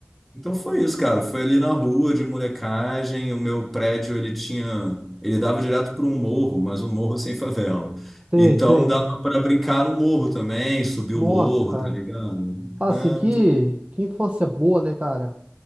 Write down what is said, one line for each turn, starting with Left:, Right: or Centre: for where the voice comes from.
Centre: Então foi isso, cara. Foi ali na rua de molecagem. O meu prédio, ele tinha. Ele dava direto para um morro, mas um morro sem favela.
Right: sei,
Centre: Então
Right: sei.
Centre: dava para brincar no morro também, subir
Right: Nossa,
Centre: o morro,
Right: cara.
Centre: tá ligado?
Right: Fala
Centre: Né?
Right: assim, que,
Centre: Então,
Right: que infância boa, né, cara?